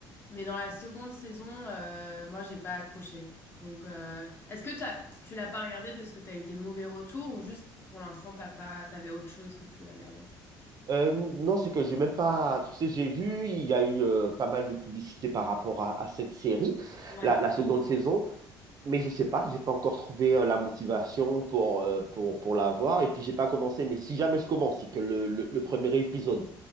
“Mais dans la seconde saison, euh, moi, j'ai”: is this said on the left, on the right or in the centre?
Left